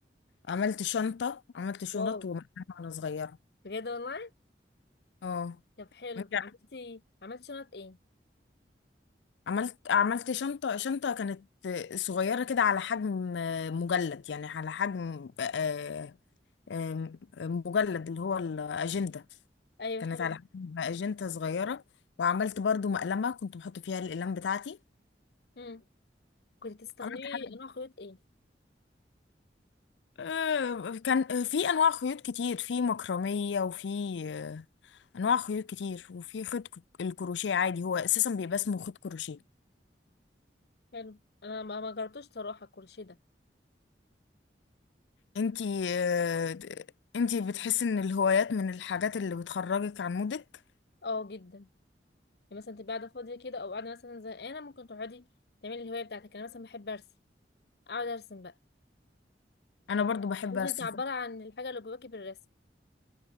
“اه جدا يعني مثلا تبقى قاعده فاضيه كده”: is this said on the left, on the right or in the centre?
Left